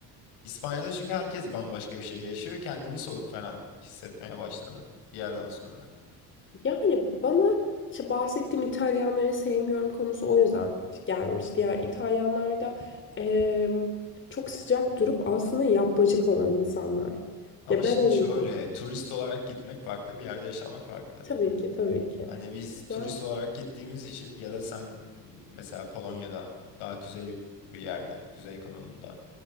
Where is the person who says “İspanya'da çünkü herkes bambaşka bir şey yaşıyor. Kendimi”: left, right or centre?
Left